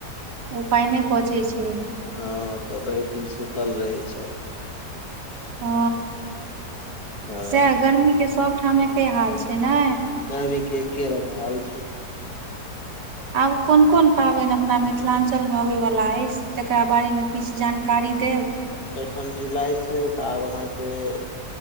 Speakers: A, on the right (about 80°); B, on the left (about 65°).
A: ओ पाय नय पचै छै।
B: हँ तऽ भरि दिन सुतल रहै छै।
A: ओ
B: हँ
A: सएह गर्मी के सभठाम एके हाल छै ने।
B: गर्मी के एक के रंग हाल छै।
A: आब कोन कोन पाबनि अपना मिथिलाञ्चल मे अबय वाला अछि। तकरा बारे मे किछु जानकारी देब।
B: एखन जुलाई छै तऽ आब अहाँकेँ